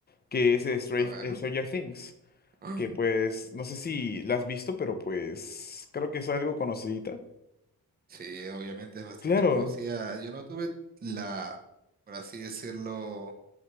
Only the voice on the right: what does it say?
A ver.
Ah.
Sí, obviamente es bastante
conocida. Yo no tuve la, por así decirlo,